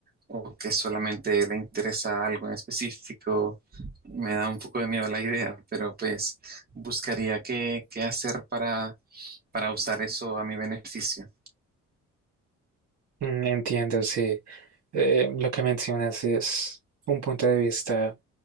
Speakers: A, on the right (about 30°); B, on the right (about 55°).
A: o que solamente le interesa algo en específico. Me da un poco de miedo la idea, pero pues buscaría qué, qué hacer para, para usar eso a mi beneficio.
B: Mm, Entiendo, sí. Eh, lo que mencionas es un punto de vista